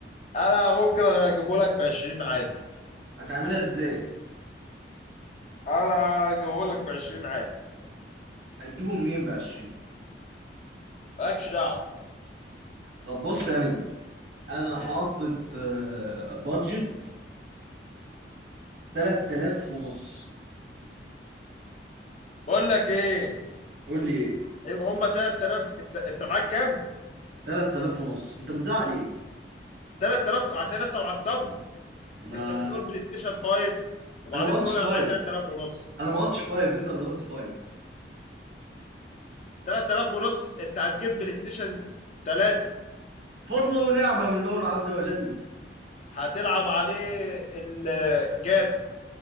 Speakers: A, on the left; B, on the right.
A: انا ممكن اجيبه لك ب 20 عادي
B: هتعملها ازاي
A: انا اجيبه لك ب 20 عادي
B: هتجيبه منين ب 20
A: مالكش دعوه
B: طب بص يا نجم انا
A: ايه
B: حاطط آه، بادجت 3000 ونص
A: بقول لك ايه
B: قول لي ايه
A: إيه هما 3000 انت انت معاك كام
B: 3000 ونص انت بتزعق ليه
A: 3000 عشان انت معصبني
B: ما
A: انت بتقول بلاي ستيشن 5 وبعدين
B: انا ما قلتش
A: تقول
B: فايف
A: انا معايا 3000 ونص
B: انا ما قلتش فايف انت اللي قلت فايف
A: 3000 ونص انت هتجيب بلاي ستيشن 3
B: فضل ونعمة من المولى عز وجل
A: هتلعب عليه الجاتا